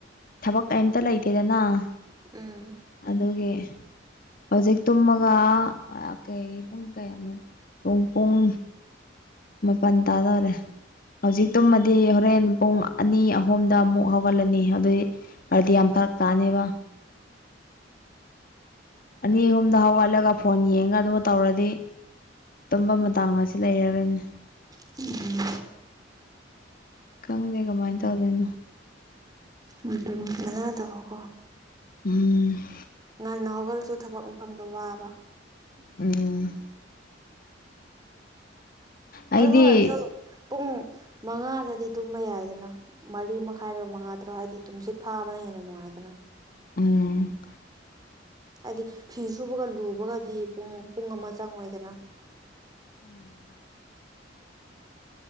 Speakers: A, on the left; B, on the right.
A: ꯊꯕꯛ ꯀꯩꯝꯇ ꯂꯩꯇꯦ ꯏꯔꯅ
B: ꯎꯝ
A: ꯑꯗꯨꯒꯤ ꯍꯧꯖꯤꯛ ꯇꯨꯝꯃꯒ ꯀꯩ ꯄꯨꯡ ꯀꯩꯅꯣ ꯄꯨꯡ ꯄꯨꯡ ꯃꯥꯄꯟ ꯇꯥꯗꯣꯔꯦ ꯍꯧꯖꯤꯛꯇꯨꯝꯃꯗꯤ ꯍꯣꯔꯦꯟ ꯄꯨꯡ ꯑꯅꯤ ꯑꯍꯨꯝꯗ ꯑꯃꯨꯛ ꯍꯧꯒꯠꯂꯅꯤ ꯑꯗꯨꯏ ꯑꯣꯏꯗꯤ ꯌꯥꯝ ꯐꯔꯛ ꯇꯥꯅꯦꯕ ꯑꯅꯤ ꯑꯍꯨꯝꯗ ꯍꯧꯒꯠꯂꯒ ꯐꯣꯟ ꯌꯦꯡꯉ ꯑꯗꯨꯝ ꯇꯧꯔꯗꯤ ꯇꯨꯝꯕ ꯃꯇꯥꯡ ꯑꯁꯤ ꯂꯩꯔꯔꯣꯏꯅꯤ
B: <unintelligible>
A: ꯈꯪꯗꯦ ꯀꯃꯥꯏꯅ ꯇꯧꯗꯣꯏꯅꯣ
B: ꯃꯇꯝ ꯆꯅꯥ ꯗꯕ ꯀꯣ
A: ꯎꯝ ꯎꯝ
B: ꯉꯥꯟ ꯅ ꯍꯧꯒꯜꯁꯨ ꯊꯕꯛ ꯃꯐꯝꯗ ꯋꯥꯕ
A: ꯎꯝ ꯑꯩꯗꯤ
B: ꯑꯗꯨ ꯑꯣꯏꯔꯁꯨ ꯄꯨꯡ ꯃꯉꯥꯗꯗꯤ ꯇꯨꯝꯕ ꯌꯥꯏꯗꯅ ꯃꯔꯤ ꯃꯈꯥꯏꯔꯣ ꯃꯉꯥ ꯇꯔꯣ ꯍꯥꯏꯗꯤ ꯇꯨꯝꯁꯤꯠ ꯐꯥꯕꯅ ꯍꯦꯟꯅ ꯅꯨꯡꯉꯥꯏꯗꯅ
A: ꯑꯥ
B: ꯍꯥꯏꯗꯤ ꯐꯤ ꯁꯨꯕꯒ ꯂꯨꯕꯒꯗꯤ ꯄꯨꯡ ꯄꯨꯡ ꯑꯃ ꯆꯪꯉꯣꯏꯗꯅ
A: <inaudible>